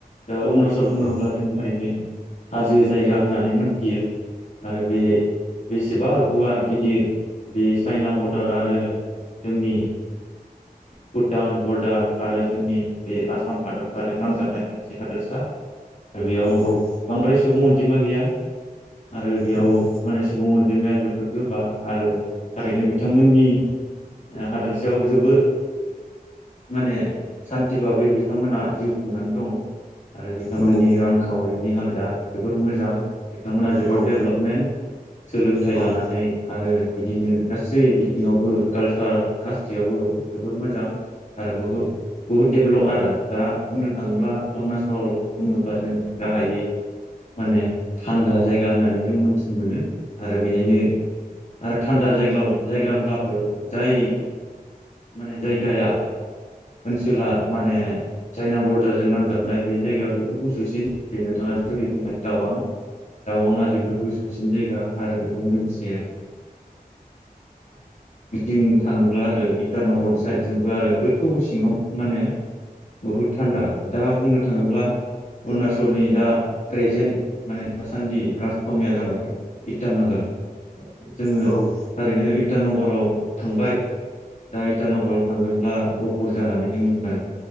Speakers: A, on the left; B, on the left.
A: दा अरुणाचल बुंङोब्ला
B: औ
A: जों थारैनो हाजो जायगा होननानै मोनथियो। आरो बे बेसेबा गुवार गिदिर। बे चाइना बरडार आरो जोंनि भुटान बरडार आरो जोंनि बे आसाम हादरसाद नांजाबनाय मोनसे हादोरसा। आरो बेयाव
B: औ
A: बांद्राय सुबुं अन जमा गैया। आरो बेयाव
B: नंगौ
A: माने सुबुं अनजिमाया जोबोर गोबा आरो थारैनो बिथांमोननि हादोरसायाव जोबोर माने सान्थि भाबै बिथांमोनहा जिउ खुंनानै दं। आरो बिथांमोननि
B: नंगौ
A: रांखावरिनि हालोद दा जोबोर मोजां। बिथांमोना जोबोद
B: औ
A: दडेभलपमेन्ट सोलोंथाइ
B: औ
A: लानानै आरो बिदिनो गासै बिथिंङावबो काल्सार गासैङावबो जोबोद मोजां आरो बहु-बहु हुद डेभलप आरो दा बुंनो थांङोब्ला अरुणाचल बुंङोब्ला जों गाहायै माने थान्दा जायगा होननानै जों मोन्थिनो मोनो आरो बिनिनो आरो थान्दा जायग्लाव जायगाब्लाबो जाय माने जायगाया ओनसोला माने चाइना बरडारजों नांजाबानाय बे जायगायाव जोबोद गुसुसिन जायो नोंथाङा दुबिफोरनिफाय दाउआ दावन हादोरफोर गोसोसिन जायगा आरो बेजों लोगोसे बिथिं थांङोब्ला आरो इटानगर साइद जोंबो आरो गोथौ सिङाव माने बुहुद थान्दा दा बुंनो थांङोब्ला अरुणचलनि दा प्रेजेन्ट माने दासान्दि राजथावनिया जाबाय इटानगर जोंङो
B: औ
A: थारैनो इतानगराव थांबाय दा इटानगराव थांङोब्ला गफुर जानानै जोंनिफ्राय